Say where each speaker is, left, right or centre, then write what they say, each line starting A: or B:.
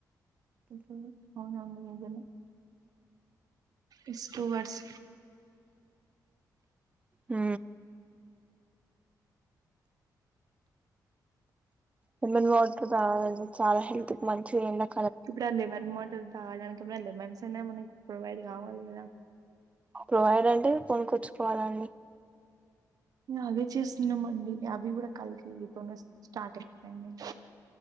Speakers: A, on the right; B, on the right.
A: ఉహు అ అవును అవును నిజమే ఇట్స్ స్టూవర్స్
B: హు లేమన్ వాటర్ తాగాలి చాలా హెల్త్ కి మంచిగా ఎండకి
A: ఇప్పుడ లెమన్ వాటర్ తాగడానికి లెమన్స్ అనే మనకి ప్రొవైడ్ కావాలి కదా
B: ప్రొవైడ్ అంటే కొనుకొచ్చు కోవాలండి
A: అదే చేస్తున్నాం అండి అవి కూడా కల్తీ తోనే వసు స్టార్టింగ్ టైమే